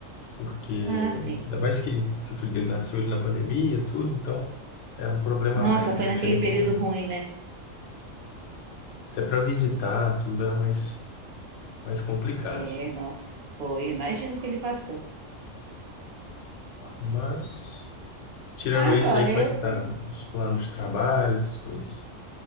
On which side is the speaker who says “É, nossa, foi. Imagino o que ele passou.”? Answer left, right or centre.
Right